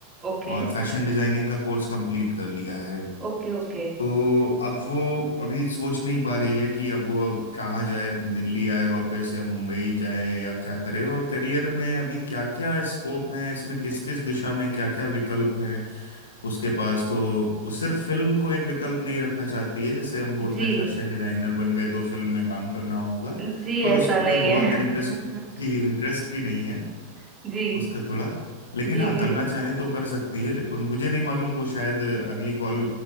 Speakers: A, on the right (about 20°); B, on the left (about 65°).
A: Okay
B: और फैशन डिजाइनिंग का कोर्स कंप्लीट कर लिया है
A: okay okay
B: तो अब वो अभी सोच नहीं पा रही है कि अब वो कहाँ जाए दिल्ली आए वापस या मुंबई जाए या क्या करे और करियर में अभी क्या क्या स्कोप हैं इसमें किस किस दिशा में क्या क्या विकल्प हैं उसके पास तो वो सिर्फ फिल्म को एक विकल्प नहीं रखना चाहती है जैसे हम बोलते
A: जी
B: हैं फैशन डिजाइनर बन गए तो फिल्म में काम करना होगा
A: जी
B: पर
A: ऐसा
B: उसका
A: नहीं
B: कोई
A: है
B: बहुत इंटरेस्ट जी इंटरेस्ट भी नहीं है
A: <laughs> जी
B: उसका थोड़ा लेकिन
A: जी
B: हाँ
A: जी
B: करना चाहे तो कर सकती है लेकिन मुझे नहीं मालूम वो शायद अगली कॉल